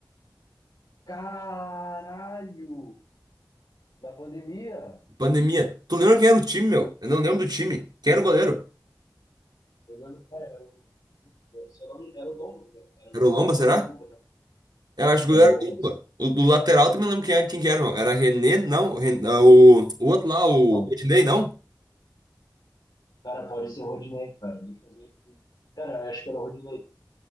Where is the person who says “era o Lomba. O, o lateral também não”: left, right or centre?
Right